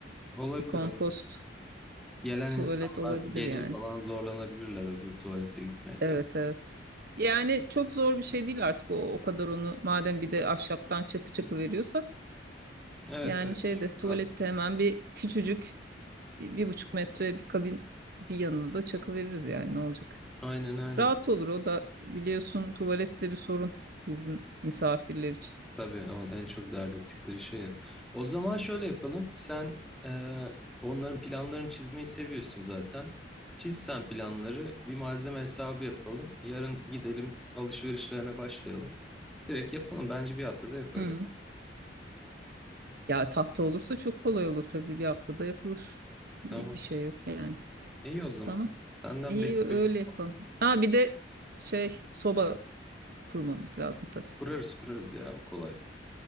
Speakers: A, in the centre; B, on the right (about 55°).
A: Olabilir
B: bir kompost
A: o. Gelen
B: tuvalet
A: insanlar
B: olabilir
A: gece
B: yani.
A: falan zorlanabilirler öbür tuvalete gitmeye tabii.
B: Evet evet. Yani çok zor bir şey değil artık o, o kadar onu madem bir de ahşaptan çakı çakı veriyorsak
A: Evet
B: yani
A: evet.
B: şeyde
A: Şükür
B: tuvalette
A: aslında.
B: hemen bir küçücük bir buçuk metre bir kabin bir yanına da çakı veririz yani ne olacak.
A: Aynen aynen.
B: Rahat olur o da biliyorsun tuvalette bir sorun bizim misafirler için.
A: Tabii on, en çok dert ettikleri şey ya. O zaman şöyle yapalım. Sen e, onların planlarını çizmeyi seviyorsun zaten. Çiz sen planları, bir malzeme hesabı yapalım. Yarın gidelim alışverişlerine başlayalım. Direkt yapalım. Bence bir haftada yaparız.
B: Hı. Ya tahta olursa çok kolay olur tabii bir haftada yapılır. Bir,
A: Tamam.
B: bir şey yok yani.
A: İyi o zaman.
B: Tamam.
A: Senden
B: İyi
A: bekliyorum.
B: öyle yapalım. Ha bir de şey soba kurmamız lazım tabii.
A: Kurarız kurarız ya o kolay.